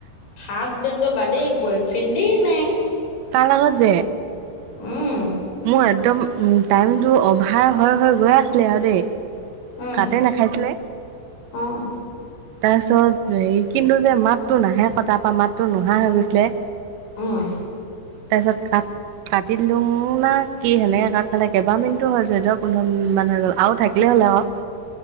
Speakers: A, on the left; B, on the right.
A: হাজবেণ্ডৰ বাদেই বয়ফ্ৰেণ্ডেই নাই।
B: তাৰ লগত যে
A: উম।
B: মোৰ একদম উম টাইমটো অভাৰ হৈ -হৈ গৈ আছিলে আৰু দে
A: উম
B: কাতে নাখাইছিলে।
A: উম
B: তাৰপিছত এই কিন্তু যে মাতটো নাহে আক তাৰ পৰা মাতটো নোহোৱা হৈ গৈছিলে।
A: উম।
B: তাৰপিছত কাক- কাটি দিলো না কি সেনেক কাট খালে, কেইবাহ মিনিটো হ'ল চৈধ্য-পোন্ধৰ মিনিট মান হৈ গ'ল আৰু থাকিলেই হ'ল আক।